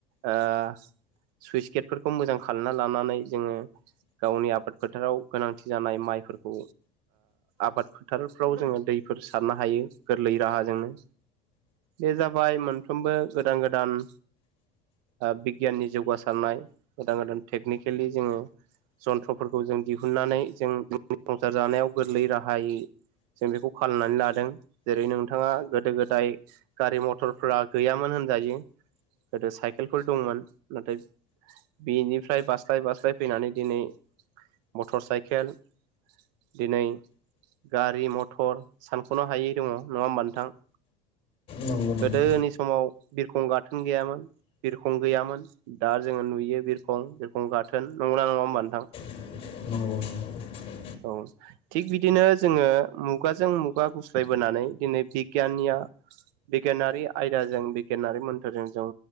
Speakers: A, on the right; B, on the left.
A: आ सुइस गेटफोरखौ मोजां खालायना लानानै जोङो गावनि आबाद फोथाराव गोनांथि जानाय माइफोरखौ आबाद फोथारफ्राव जोङो दैफोर सारनो हायो गोरलै राहाजोंनो बे जाबाय मोनफ्रोमबो गोदान गोदान बिगियाननि जौगासारनाय गोदान गोदान टेकनिकेलि जोङो जन्थ्रफोरखौ जों दिहुनन्नानै जों संसार जानायाव गोरलै राहायै जों बेखौ खालामनानै लादों जेरै नोंथाङा गोदो गोदाय गारि मथरफ्रा गैयामोन होनजायो गोदो साइकेलफोर दंमोन नाथाय बिनिफ्राय बास्लाय बास्लाय फैनानै दिनै मटर साइकेल दिनै गारि मथर सानख'नो हायै दङ नङा होमबा नोंथां
B: नंगौ नंगौ
A: गोदोनि समाव बिरखं गाथोन गैयामोन बिरखं गैयामोन दा जोङो नुयो बिरखं बिरखं गाथोन नंगोना नङा होमबा नोंथां
B: <unintelligible>
A: औ थिग बिदिनो जोङो मुगाजों मुगा गुस्लायबोनानै दिनै बिगियाननिया बिगियानारि आयदाजों बिगियानारि मोन जों